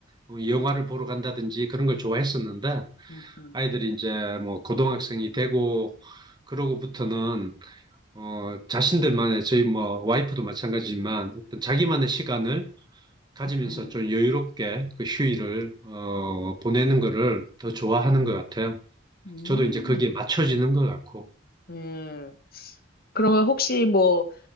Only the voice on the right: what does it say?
어, 영화를 보러 간다든지 그런 걸 좋아했었는데,
아이들이 이제 뭐, 고등학생이 되고, 그러고부터는 어, 자신들만의, 저희 뭐, 와이프도 마찬가지지만, 어떤 자기만의 시간을 가지면서
좀 여유롭게 그 휴일을, 어, 보내는 거를 더 좋아하는 것 같아요.
저도 이제 거기에 맞춰지는 것 같고,